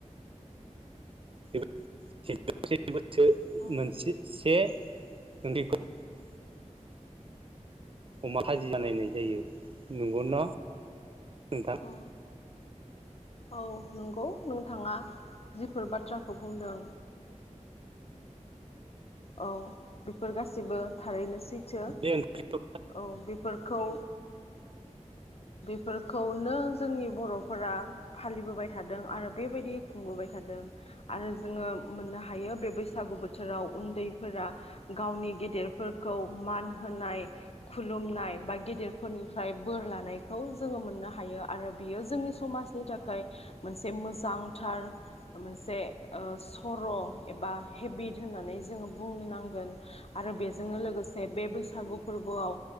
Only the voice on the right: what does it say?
<unintelligible> थो
मोनसे से उन्दैखोब <unintelligible> अमा खाजि बानायनाय जायो नंगौ न नोंथां
बे ओंख्रिखौ